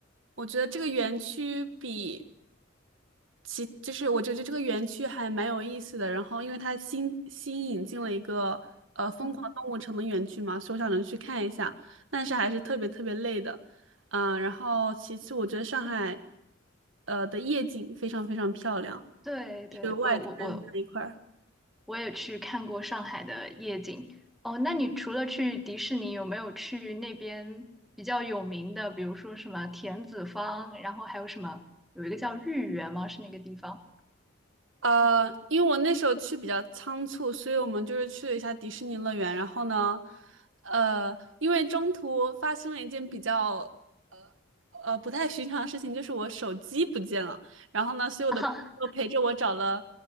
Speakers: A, on the right; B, in the centre.
A: 我觉得这个园区比其就是我觉得这个园区还蛮有意思的，然后因为它新新引进了一个呃疯狂动物城的园区嘛，
B: 嗯，
A: 所以我想着去看一下，但是还是特别特别累的，嗯、然后其次我觉得上海呃的夜景非常非常漂亮，
B: 对对，
A: 就是外滩那一块儿。
B: 我我我我也去看过上海的夜景。哦，那你除了去迪士尼，有没有去那边比较有名的，比如说什么田子坊，然后还有什么有一个叫豫园吗？是那个地方
A: 呃，因为我那时候去比较仓促，所以我们就是去了一下迪士尼乐园。然后呢，呃，因为中途发生了一件比较呃不太寻常的事情，就是我手机不见了。然后呢，所以我的朋友陪着我找了
B: <laughs> 啊？